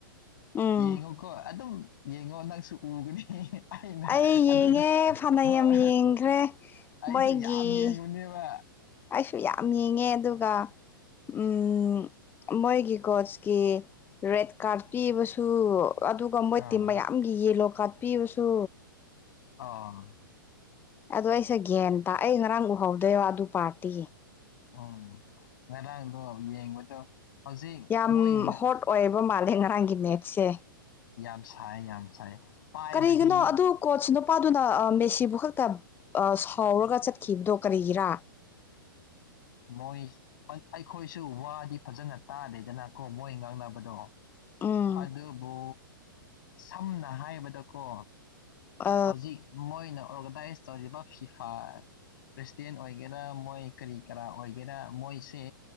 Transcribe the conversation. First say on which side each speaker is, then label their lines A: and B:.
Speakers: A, on the left; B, on the left.
A: ꯎꯝ
B: ꯌꯦꯡꯉꯣꯀꯣ ꯑꯗꯨꯝ ꯌꯦꯡꯉꯣ ꯅꯪꯁꯨ ꯎꯒꯅꯤ ꯑꯩꯅ
A: ꯑꯩ ꯌꯦꯡꯉꯦ
B: ꯑꯗꯨꯅ
A: ꯐꯅ
B: ꯍꯣꯏ
A: ꯌꯥꯝ ꯌꯦꯡꯈ꯭ꯔꯦ
B: ꯑꯩꯁꯨ
A: ꯃꯣꯏꯒꯤ
B: ꯌꯥꯝ ꯌꯦꯡꯕꯅꯦꯕ
A: ꯑꯩꯁꯨ ꯌꯥꯝ ꯌꯦꯡꯉꯦ ꯑꯗꯨꯒ ꯎꯝ ꯃꯣꯏꯒꯤ ꯀꯣꯁꯀꯤ ꯔꯦꯠ ꯀꯥꯔꯠ ꯄꯤꯕꯁꯨ ꯑꯗꯨ ꯑꯗꯨꯒ ꯃꯣꯏ
B: ꯑꯥ
A: ꯇꯤꯝ ꯃꯌꯥꯝꯒꯤ ꯌꯦꯂꯣ ꯀꯥꯔꯠ ꯄꯤꯕꯁꯨ
B: ꯑꯣ
A: ꯑꯗꯨ ꯑꯩꯁꯦ ꯒꯌꯥꯟ ꯇꯥ ꯑꯩ ꯉꯔꯥꯡ ꯎꯍꯧꯗꯦꯕ ꯑꯗꯨ ꯄꯥꯔꯇꯤ
B: ꯎꯝ ꯉꯔꯥꯡꯗꯣ ꯌꯦꯡꯕꯗꯣ ꯍꯧꯖꯤꯛ
A: ꯌꯥꯝ
B: ꯃꯣꯏ ꯉ-
A: ꯍꯣꯠ ꯑꯣꯏꯕ ꯃꯥꯜꯂꯦ ꯉꯔꯥꯡꯒꯤ ꯃꯦꯠꯁꯦ
B: ꯌꯥꯝ ꯁꯥꯏ ꯌꯥꯝ ꯁꯥꯏ ꯄꯥꯏꯕꯗꯤ
A: ꯀꯔꯤꯒꯤꯅꯣ ꯑꯗꯨ ꯀꯣꯠꯁ ꯅꯨꯄꯥꯗꯨꯅ ꯑꯥ ꯃꯦꯁꯤꯕꯨ ꯈꯛꯇ ꯑꯥ ꯁꯥꯎꯔꯒ ꯆꯠꯈꯤꯕꯗꯣ ꯀꯔꯤꯒꯤꯔꯥ
B: ꯃꯣꯏ ꯑꯩꯈꯣꯏꯁꯨ ꯋꯥꯗꯤ ꯐꯖꯅ ꯇꯥꯗꯦꯗꯅꯀꯣ ꯃꯣꯏ ꯉꯥꯡꯅꯕꯗꯣ
A: ꯎꯝ
B: ꯑꯗꯨꯕꯨ ꯁꯝꯅ ꯍꯥꯏꯕꯗꯀꯣ
A: ꯑ
B: ꯍꯧꯖꯤꯛ ꯃꯣꯏꯅ ꯑꯣꯔꯒꯅꯥꯏꯁ ꯇꯧꯔꯤꯕ ꯐꯤꯐꯥ ꯄ꯭ꯔꯁꯤꯗꯦꯟ ꯑꯣꯏꯒꯦꯔꯥ ꯃꯣꯏ ꯀꯔꯤ ꯀꯔꯥ ꯑꯣꯏꯒꯦꯔꯥ ꯃꯣꯏꯁꯦ